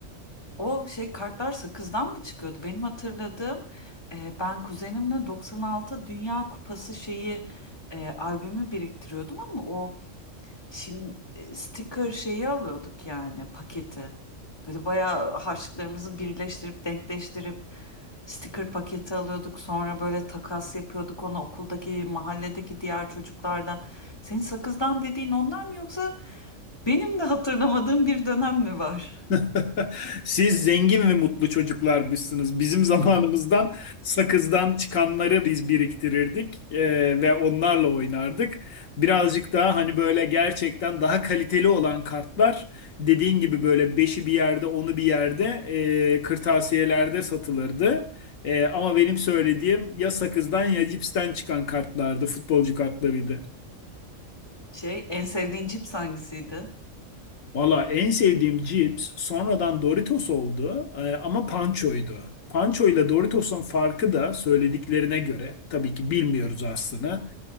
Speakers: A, on the left; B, on the left.
A: O şey kartlar sakızdan mı çıkıyordu? Benim hatırladığım e, ben kuzenimle 96 Dünya Kupası şeyi e, albümü biriktiriyordum ama o şimdi sticker şeyi alıyorduk yani paketi. Böyle bayağı harçlıklarımızı birleştirip denkleştirip sticker paketi alıyorduk. Sonra böyle takas yapıyorduk onu okuldaki mahalledeki diğer çocuklarla. Senin sakızdan dediğin onlar mı yoksa benim de hatırlamadığım bir dönem mi var?
B: <laughs> Siz zengin ve mutlu çocuklarmışsınız. Bizim zamanımızdan sakızdan çıkanları biz biriktirirdik e, ve onlarla oynardık. Birazcık daha hani böyle gerçekten daha kaliteli olan kartlar dediğin gibi böyle beşi bir yerde onu bir yerde e, kırtasiyelerde satılırdı. E, ama benim söylediğim ya sakızdan ya cipsten çıkan kartlardı, futbolcu kartlarıydı.
A: Şey, en sevdiğin cips hangisiydi?
B: Valla en sevdiğim cips sonradan Doritos oldu e, ama Pancho'ydu. Pancho ile Doritos'un farkı da söylediklerine göre tabii ki bilmiyoruz aslını.